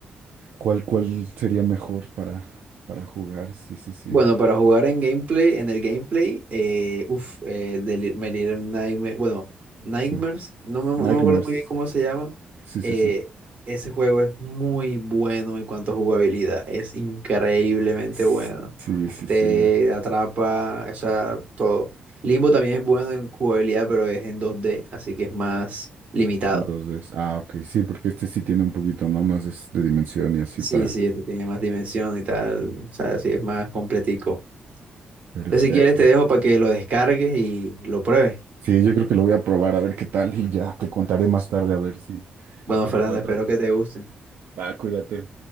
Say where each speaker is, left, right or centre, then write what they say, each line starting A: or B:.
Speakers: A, on the right (about 75°); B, on the right (about 45°).
A: cuál, cuál sería mejor para, para jugar. Sí, sí, sí,
B: Bueno, para jugar en gameplay, en el gameplay, eh, uff, eh, de Li- My Little Nightmare- bueno, Nightmares,
A: sí.
B: no me,
A: Nightmares.
B: no me acuerdo muy bien cómo se llama.
A: Sí, sí,
B: eh,
A: sí.
B: ese juego es muy bueno en cuanto a jugabilidad, es increíblemente
A: S-
B: bueno.
A: Sí, sí,
B: Te
A: sí. me-
B: atrapa, o sea, todo. Limbo también es bueno en jugabilidad, pero es en dos d así que es más limitado.
A: Dos veces. Ah, ok, sí, porque este sí tiene un poquito, ¿no? Más de, de dimensión y así
B: Sí,
A: para...
B: sí, este tiene más dimensión y tal, o sea, sí, es más completico.
A: Perfecto.
B: Entonces, si quieres, te dejo para que lo descargues y lo pruebes.
A: Sí, yo creo que lo voy a probar a ver qué tal y ya te contaré más tarde a ver si,
B: Bueno,
A: si te
B: Fernando,
A: encuentro.
B: espero que te gusten.
A: Va, cuídate.